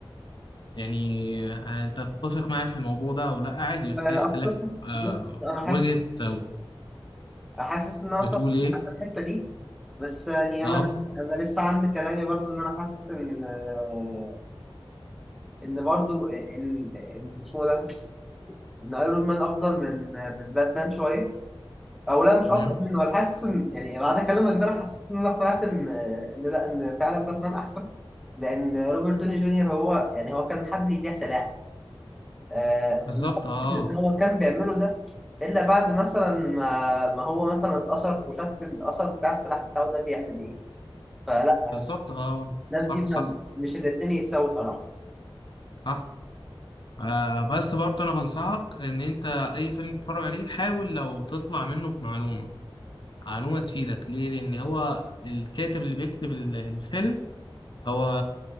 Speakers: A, on the left; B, in the centre.
A: يعني آه، أنت تتفق معايا في الموضوع ده أو لأ عادي بس
B: آه،
A: هي اختلاف آه،
B: انا حاسس
A: وجهة آه،
B: حاسس ان انا
A: بتقول
B: طبعا
A: إيه
B: في الحتة دي بس يعني
A: أه
B: انا انا لسه عندي كلامي برضو ان انا حاسس ان آه، ان برضو ان ان اسمه ده ان ايرون مان افضل من من باتمان شويه او لا مش
A: مم،
B: افضل منه انا حاسس ان يعني بعد كلامك ده انا حسيت ان انا اقتنعت ان ان لا ان فعلا باتمان احسن لان روبرت دوني جونيور هو يعني هو كان حد بيبيع سلاح آه
A: بالظبط
B: ما أعتقدش
A: أه
B: إن هو كان بيعمله ده الا بعد مثلا ما ما هو مثلا اتأثر وشاف الاثر بتاع السلاح بتاعه ده بيعمل ايه فلا
A: بالظبط اه
B: الناس
A: صح
B: دي
A: صح
B: ما- مش الاتنين يتساووا صراحه
A: صح آه بس برضه انا بنصحك ان انت اي فيلم تتفرج عليه حاول لو تطلع منه بمعلومه معلومه تفيدك ليه لان هو الكاتب اللي بيكتب ال- الفيلم هو